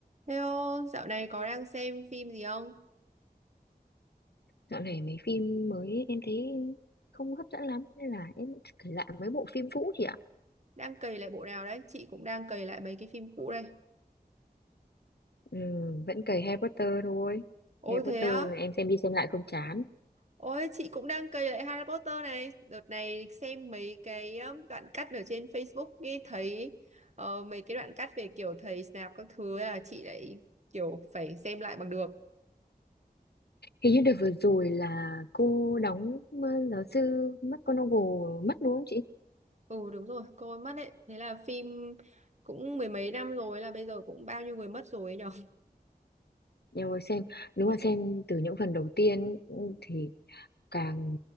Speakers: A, on the right (about 45°); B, on the left (about 80°).
A: Hello, dạo này có đang xem phim gì không?
B: Dạo này mấy phim mới em thấy không hấp dẫn lắm nên là em kể lại mấy bộ phim cũ chị ạ.
A: Đang cày lại bộ nào đấy? Chị cũng đang cày lại mấy cái phim cũ đây.
B: Ừ, vẫn cày Harry Potter thôi.
A: Ôi
B: Harry Potter
A: thế á?
B: em xem đi xem lại không chán.
A: Ôi chị cũng đang cày lại Harry Potter này. Đợt này xem mấy cái um, đoạn cắt ở trên Facebook ấy thấy ờ, mấy cái đoạn cắt về kiểu thầy Snape các thứ ấy là chị lại kiểu phải xem lại bằng được.
B: Hình như đợt vừa rồi là cô đóng ờ, giáo sư McGonagall mất đúng không chị?
A: Ừ đúng rồi, coi mất đấy. Thế là phim cũng mười mấy năm rồi là bây giờ cũng bao nhiêu người mất rồi ấy nhở?
B: Em vừa xem, đúng là xem từ những phần đầu tiên ừ, thì càng